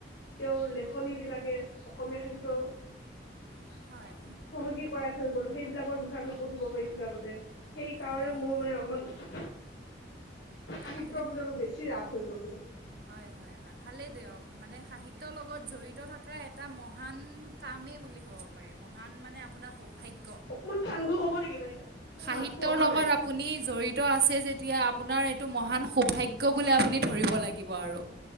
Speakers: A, on the left; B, on the right.
A: তেওঁৰ লেখনী বিলাকে অসমীয়া সাহিত্যৰ -চহকী
B: হয় হয়
A: কৰাত হৈ গল, সেইিলাকৰ বিষয়ে আমি পঢ়িব পাৰিছিলো আগতে। সেইকাৰণে
B: হয় হয়
A: মোৰ মানে অকনমান সাহিত্যৰ
B: আপুনি
A: প্ৰতি অলপ বেছি ৰাপ। হৈ গ'লগৈ।
B: হয় হয় হয়। ভালেই দিয়ক। মানে সাহিত্যৰ লগত জড়িত থকা এটা মহান কামেই বুলি ক'ব পাৰি। মহান মানে আপোনাৰ সৌভাগ্য
A: অকনমান টান কৈ কওক। কব নেকি বাইদেউ? আপোনাৰ
B: সাহিত্যৰ
A: মাততো অহা
B: লগত
A: নাই
B: আপুনি জড়িত আছে যেতিয়া আপোনাৰ এইটো মহান সৌভাগ্য বুলি আপুনি ভৰিব লাগিব আৰু।